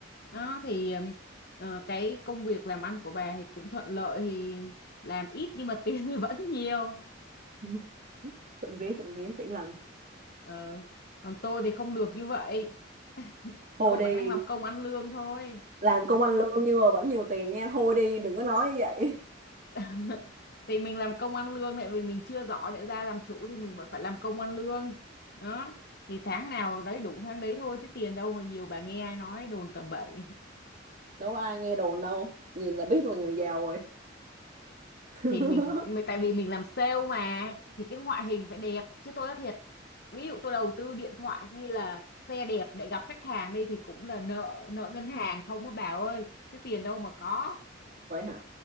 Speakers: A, on the left; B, on the right.
A: đó thì ừm, ờ, cái công việc làm ăn của bà thì cũng thuận lợi thì làm ít nhưng mà <laughs> tiền thì vẫn nhiều
B: <laughs> trộm vía trộm vía tỷ lần
A: Ờ, còn tôi thì không được như vậy
B: thôi
A: tôi
B: đi
A: vẫn đang làm công ăn lương thôi
B: làm công
A: đó.
B: ăn lương nhưng mà vẫn nhiều tiền nghe thôi đi đừng có nói như vậy
A: <laughs> thì mình làm công ăn lương tại vì mình chưa giỏi để ra làm chủ thì mình vẫn phải làm công ăn lương đó thì tháng nào đấy đủ tháng đấy thôi chứ tiền đâu mà nhiều bà nghe ai nói đồn tầm bậy
B: đâu có ai nghe đồn đâu nhìn là biết là người giàu rồi <laughs>
A: thì mình mà tại vì mình làm sale mà thì cái ngoại hình phải đẹp chứ tôi nói thiệt ví dụ tôi đầu tư điện thoại hay là xe đẹp để gặp khách hàng đi thì cũng là nợ nợ ngân hàng không á bà ơi chứ tiền đâu mà có
B: vậy hả